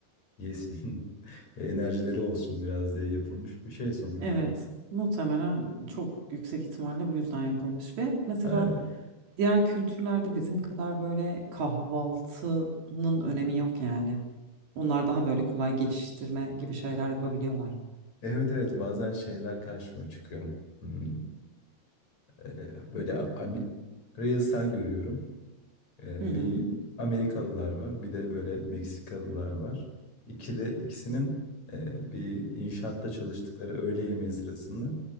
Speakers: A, on the left (about 35°); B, on the right (about 60°).
A: yesin, <laughs> enerjileri olsun biraz diye yapılmış bir şey sonuçta.
B: Evet muhtemelen çok yüksek ihtimalle bu yüzden yapılmış ve mesela
A: E,
B: diğer kültürlerde bizim kadar böyle kahvaltının önemi yok yani. Onlar daha böyle kolay geçiştirme gibi şeyler yapabiliyorlar.
A: evet evet bazen şeyler karşıma çıkıyor. Hmm, e, böyle a- ami- Reels'ler görüyorum. Ee,
B: Hı hı.
A: bir Amerikalılar var, bir de böyle Meksikalılar var. İkili, ikisinin e, bir inşaatta çalıştıkları öğle yemeği sırasında